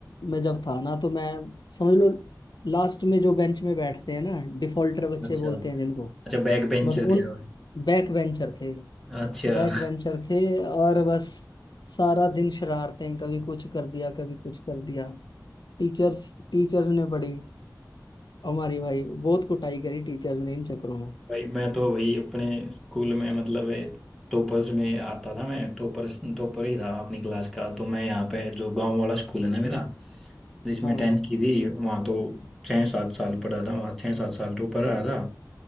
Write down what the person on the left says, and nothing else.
में जब था ना तो मैं समझ लो लास्ट में जो बेंच में बैठते हैं ना डिफॉल्टर बच्चे
बोलते हैं जिनको
बस उन
बैक बेंचर थे
बैक बेंचर थे और बस सारा दिन शरारतें कभी कुछ कर दिया कभी कुछ कर दिया टीचर्स टीचर्स ने बड़ी हमारी भाई बहुत कुटाई करी टीचर्स ने इन चक्करों में
हाँ